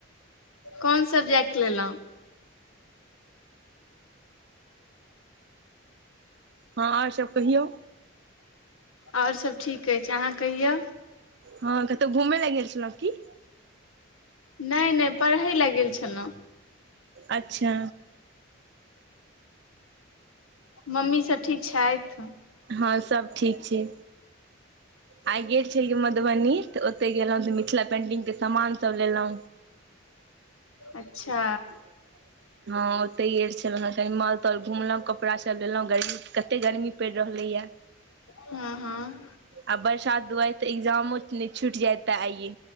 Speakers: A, on the left (about 80°); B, on the right (about 55°).
A: कोन सबजेक्ट लेलहुँ।
B: हँ ओर सब कहियौ।
A: ओर सब ठीक अइछ अहाँ कहियौ।
B: हँ कतो घुमै लै गेल छलो की।
A: नहि नहि पढ़य लै गेल छलहुँ।
B: अच्छा।
A: मम्मी सब ठीक छैथ।।
B: हँ सब ठीक छै। आइ गेल छलौ मधुबनी त ओते गेलहुं ते मिथिला पेंटिंग के सामान सब लेंलौं।
A: अच्छा।
B: <inaudible> हँ ओते गेल छलहुँ हेँ कनि मलतल घुमलोहुँ कपड़ा सब लेलहुँ गर्मी कते गर्मी पड़ि रहलैए।
A: हँ हँ।
B: आ बरसात दुरे त एग्जामो नई छूट जैत त आइये।